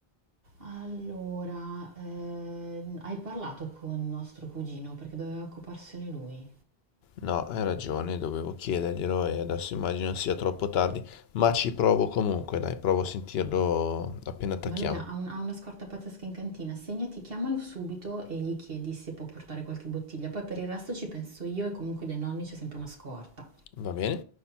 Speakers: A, on the right; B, on the left.
A: Allora, ehm, hai parlato con nostro cugino perché doveva occuparsene lui.
B: No, hai ragione, dovevo chiederglielo e adesso immagino sia troppo tardi, ma ci provo comunque, dai, provo a sentirlo appena attacchiamo.
A: Ma lui ha, ha un- ha una scorta pazzesca in cantina, segnati, chiamalo subito e gli chiedi se può portare qualche bottiglia. Poi per il resto ci penso io e comunque dai nonni c'è sempre una scorta.
B: Va bene?